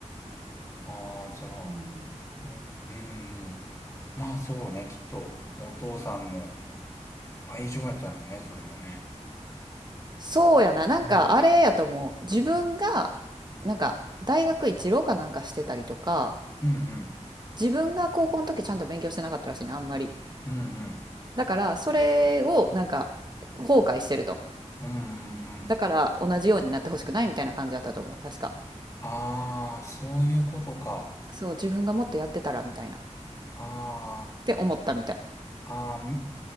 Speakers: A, on the left; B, on the right.
A: ああ、じゃあ、
B: うん
A: おうん、うん。まあそうね、きっと、お父さんの愛情やったのね、それもね。
B: そうやな、なんかあれやと思う。
A: うん、
B: 自分が、なんか大学一浪かなんかしてたりとか、
A: うん、うん、
B: 自分が高校の時ちゃんと勉強してなかったらしいね、あんまり。
A: うん、うん、
B: だからそれをなんか後悔してると。
A: うん、うんうん。
B: だから同じようになってほしくないみたいな感じだったと思う、確か。
A: ああ、そういうことか。
B: そう、自分がもっとやってたらみたいな。っ
A: あ
B: て思ったみたい。
A: あ、ああ、み